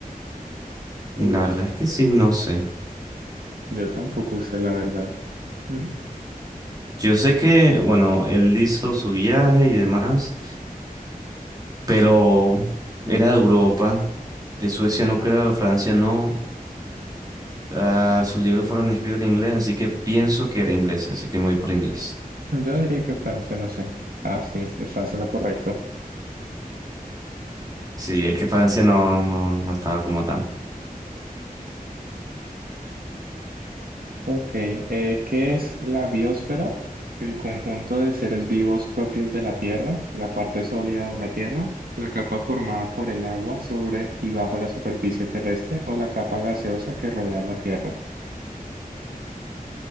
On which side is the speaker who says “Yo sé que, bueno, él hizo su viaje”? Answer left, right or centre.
Right